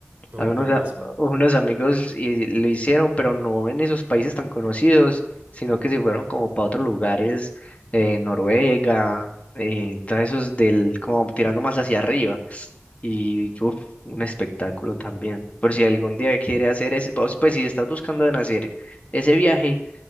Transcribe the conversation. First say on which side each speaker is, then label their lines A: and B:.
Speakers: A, on the right; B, on the left.
A: Todo
B: A
A: el
B: unos,
A: mundo lo
B: a-
A: hace.
B: unos amigos y lo hicieron, pero no en esos países tan conocidos, sino que se fueron como para otros lugares, eh, Noruega, eh, todos esos del, como tirando más hacia arriba. Y uf, un espectáculo también. Por si algún día quiere hacer ese, pues, pues, si estás buscando en hacer ese viaje